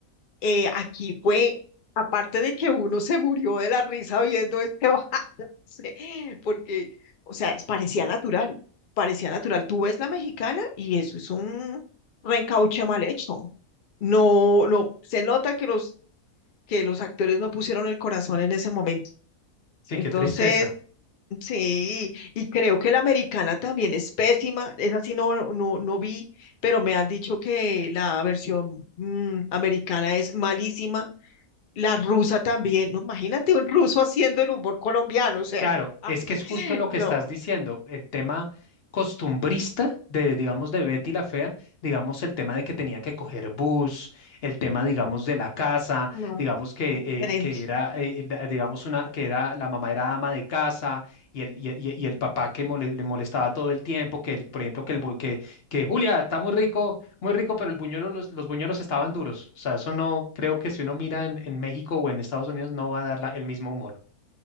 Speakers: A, on the left; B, on the left.
A: eh, aquí fue, aparte de que uno se murió de la risa viendo este <laughs> balance, porque, o sea, es- parecía natural, parecía natural. Tú ves la mexicana y eso es un reencauche mal hecho. No, no, se nota que los que los actores no pusieron el corazón en ese momento.
B: sí,
A: Entonces,
B: qué tristeza.
A: sí, y creo que la americana también es pésima, esa sí no, no, no vi, pero me han dicho que la versión mm, americana es malísima. La rusa también, no, imagínate un ruso haciendo el humor colombiano, o sea,
B: Claro,
A: <laughs>
B: es que es justo lo que
A: no,
B: estás diciendo, el tema costumbrista de, digamos, de Betty la Fea, digamos, el tema de que tenía que coger bus, el tema, digamos, de la casa,
A: no,
B: digamos que,
A: es
B: eh,
A: diferente.
B: que era, eh, el- digamos, una, que era, la mamá era ama de casa y el, y el, y el papá que mole- le molestaba todo el tiempo, que, el- por ejemplo, que, el, bu- que, que Julia está muy rico, muy rico, pero el buñuelo, los, los buñuelos estaban duros. O sea, eso no, creo que si uno mira en, en México o en Estados Unidos no va a dar la- el mismo humor.